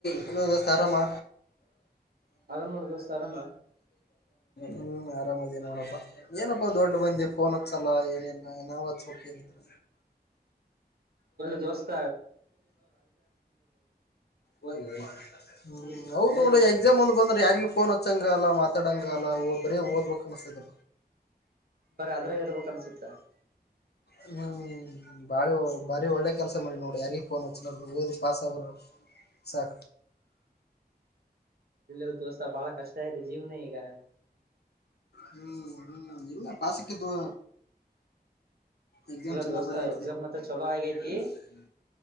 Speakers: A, on the left; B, on the right.
A: ಹಲೋ ದೋಸ್ತ್ ಆರಾಮ್. <inaudible>
B: ಆರಾಮ್ ಮಾಡು ದೋಸ್ತ ಆರಾಮ
A: ಹ್ಮ್ ಆರಾಮದಿನಿ ನೋಡ್ಪ್ಪಾ ದೊಡ್ಡ ಮಂದಿ ಫೋನ್ ಹಚ್ಚಲ್ಲ. ಲ್ಲಾ ಏನಿಲ್ಲ ನಾವ ಹಚ್ಚಬೇಕ್ ಏನ್ ಇದ್ರ.
B: ಹೇಳ್ ದೋಸ್ತ್
A: ಹ್ಮ್.
B: ನಿಮ್
A: ಹೌದು ನೋಡ್ ಎಕ್ಸಾಮ್ ಒಂದ ಬಂದ್ರೆ ಯಾರಿಗೆ ಫೋನ್ ಹಚ್ಚಂಗಲ್ಲ, ಮಾತಾಡಂಗಲ್ಲ, ಓದ ಬರೇ ಓದಬೇಕು. ಅನ್ಸ <inaudible>
B: ಬರೇ ಅದ್ರಗೆ ಇರ್ಬೇಕ್ ಅನ್ಸತ್ತ ಅಣ್ಣ.
A: ಹ್ಮ್ ಬಾರಿ ಹೋ ಬಾರಿ ಒಳ್ಳೆ ಕೆಲಸ ಮಾಡಿ ನೋಡಡ್ ಯಾರಿಗಿ ಫೋನ್ ಹಚ್ಲಾರ್ದ. ಓದಿ ಪಾಸ್ ಆಗ ಸಾಕ.
B: ಇಲ್ಲೋ ದೋಸ್ತಾ ಬಹಳ ಕಷ್ಟ ಇದೆ ಜೀವನ ಈಗ.
A: ಹ್ಮ್ ಹ್ಮ್ ಇಲ್ಲ ಪಾಸ್ಕಿ ಬ್ರೊ. ಎಕ್ಸಾಮ್
B: ಇಲ್ಲ
A: ಚೆನ್ನಾಗಿ
B: ದೋಸ್ತ ಎಕ್ಸಾಮ್ ಮತ್ತ ಚಲೋ ಆಗೈತಿ
A: <unintelligible>